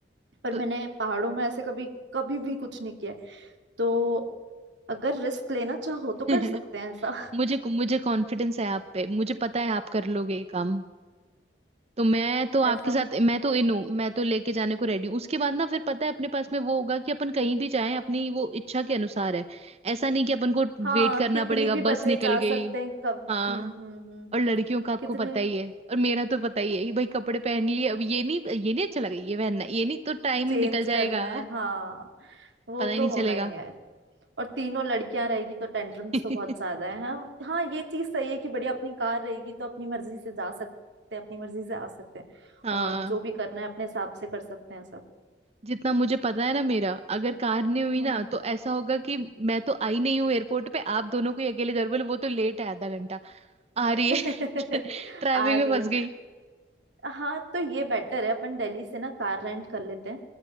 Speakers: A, on the right (about 85°); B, on the right (about 35°).
A: पर
B: तो
A: मैंने पहाड़ों में ऐसे कभी कभी भी कुछ नहीं किया है तो अगर रिस्क लेना चाहो तो कर
B: <laughs>
A: सकते हैं ऐसा
B: मुझे मुझे कॉन्फिडेंस है आप पे मुझे पता है आप कर लोगे ये काम तो मैं तो
A: <laughs>
B: आपके
A: ऐसा
B: साथ मैं तो इन हूँ मैं तो लेके जाने को रेडी हूँ उसके बाद ना फिर पता है अपने पास में वो होगा कि अपन कहीं भी जाएं अपनी वो इच्छा के अनुसार है ऐसा नहीं कि अपन को
A: हाँ
B: वेट करना
A: कितनी
B: पड़ेगा
A: भी बजे
B: बस निकल
A: जा
B: गई
A: सकते हैं कब
B: हाँ
A: हम्म हम्म हम्म
B: और लड़कियों का आपको
A: कितने
B: पता ही है और मेरा तो पता ही है कि भाई कपड़े पहन लिए अब ये नहीं ये नहीं अच्छा लगा ये पहनना ये नहीं तो टाइम
A: चेंज
B: निकल जाएगा
A: <laughs> करना है हाँ वो
B: पता ही
A: तो
B: नहीं
A: होना
B: चलेगा
A: ही है और तीनों लड़कियां रहेगी तो टेंट्रम्स
B: <laughs>
A: तो बहुत ज्यादा है हाँ हाँ ये चीज सही है कि बड़ी अपनी कार रहेगी तो अपनी मर्जी से जा सकते हैं अपनी मर्जी से आ सकते हैं
B: हाँ
A: और जो भी करना है अपने हिसाब से कर सकते हैं सब
B: जितना मुझे पता है ना मेरा अगर कार नहीं हुई
A: हम्म
B: ना तो ऐसा होगा कि मैं तो आई नहीं हूँ एयरपोर्ट पे आप दोनों को ही अकेले जरूर बोले वो तो लेट है आधा घंटा आ
A: <laughs>
B: रही है <laughs> ट्रैफिक
A: आ रही
B: में
A: है
B: फंस गई
A: हाँ तो ये बेटर है अपन दिल्ली से ना कार रेंट कर लेते हैं